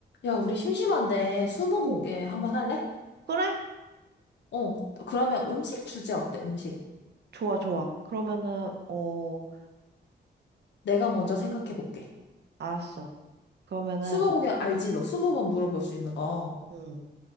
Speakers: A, on the left; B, on the right.
A: 야, 우리 심심한데 스무고개
B: 응.
A: 한번 할래?
B: 그래?
A: 어, 그러면 음식 주제 어때? 음식.
B: 좋아, 좋아. 그러면은, 어,
A: 내가 먼저 생각해 볼게.
B: 알았어. 그러면은,
A: 스무고개 알지? 너 스무 번 물어볼 수 있는 거.
B: 응.